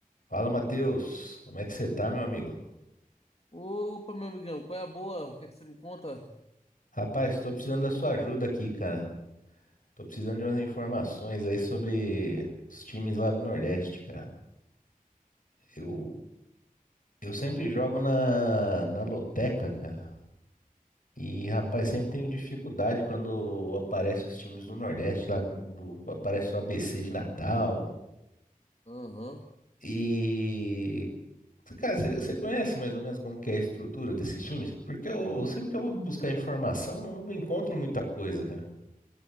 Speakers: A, on the left; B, on the left.
A: Fala, Matheus. Como é que você tá, meu amigo?
B: Opa, meu amigão, qual é a boa? O que é que você me conta?
A: Rapaz, tô precisando da sua ajuda aqui, cara. Tô precisando de umas informações aí sobre os times lá do Nordeste, cara. Eu, eu sempre jogo na, na loteca, cara. E, rapaz, sempre tenho dificuldade quando aparece os times do Nordeste lá, quando aparece o ABC de Natal.
B: Aham.
A: E, cara, você você conhece mais ou menos como que é a estrutura desses times? Porque eu sempre que eu vou buscar informação, não não encontro muita coisa, cara.